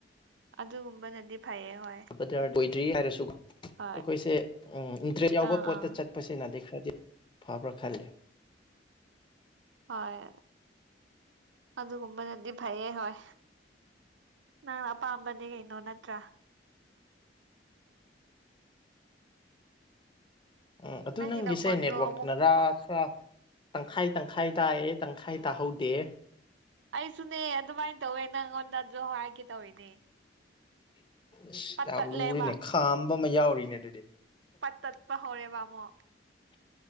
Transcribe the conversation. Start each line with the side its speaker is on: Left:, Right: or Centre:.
Right: ꯑꯗꯨꯒꯨꯝꯕꯅꯗꯤ ꯐꯩꯌꯦ ꯍꯣꯏ꯫
Left: ꯂ ꯑꯣꯏꯗ꯭ꯔꯤ ꯍꯥꯏꯔꯁꯨꯀꯣ ꯑꯩꯈꯣꯏꯁꯦ
Right: ꯍꯣꯏ
Left: ꯎ ꯏꯟꯇꯔꯦꯁ ꯌꯥꯎꯕ
Right: ꯑꯥ
Left: ꯄꯣꯠꯇ
Right: ꯑꯥ
Left: ꯆꯠ ꯄꯁꯦꯡꯅꯗꯤ ꯈꯔꯗꯤ ꯐꯕ꯭ꯔꯥ ꯈꯜꯂꯦ꯫
Right: ꯍꯣꯏ ꯑꯗꯨꯒꯨꯝꯕꯅꯗꯤ ꯐꯩꯌꯦ ꯍꯣꯏ꯫ ꯅꯪ ꯑꯄꯥꯝꯕꯅꯤ ꯀꯩꯅꯣ ꯅꯠꯇ꯭ꯔꯥ꯫
Left: ꯎꯝ ꯑꯗꯨ
Right: ꯅꯪꯒꯤ
Left: ꯅꯪꯒꯤꯁꯦ
Right: ꯅꯈꯣꯟꯗꯣ
Left: ꯅꯦꯠꯋꯛꯅꯔꯥ
Right: ꯑꯃꯨꯛ
Left: ꯈꯔ ꯇꯪꯈꯥꯏ ꯇꯪꯈꯥꯏ ꯇꯥꯏꯑꯦ ꯇꯪꯈꯥꯏ ꯇꯥꯍꯧꯗꯦ꯫
Right: ꯑꯩꯁꯨꯅꯦ ꯑꯗꯨꯃꯥꯏꯅ ꯇꯧꯋꯦ ꯅꯪꯉꯣꯟꯗ ꯑꯗꯨ ꯍꯥꯏꯒꯦ ꯇꯧꯔꯤꯅꯦ
Left: ꯑꯁ
Right: ꯄꯠ
Left: ꯌꯥꯝ
Right: ꯇꯠꯂꯦꯕ
Left: ꯂꯨꯔꯤꯅꯦ ꯈꯥꯝꯕ ꯑꯃ ꯌꯥꯎꯔꯤꯅꯦ ꯑꯗꯨꯗꯤ꯫
Right: ꯄꯠ ꯇꯠꯄ ꯍꯧꯔꯦꯕꯕꯥꯃꯣ